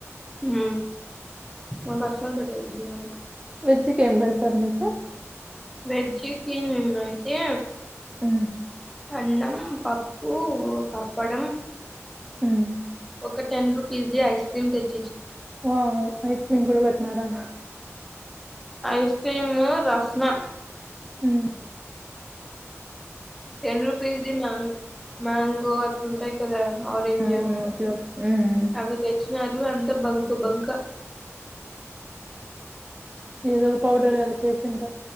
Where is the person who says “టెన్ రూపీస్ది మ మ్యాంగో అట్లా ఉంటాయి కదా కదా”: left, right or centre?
Centre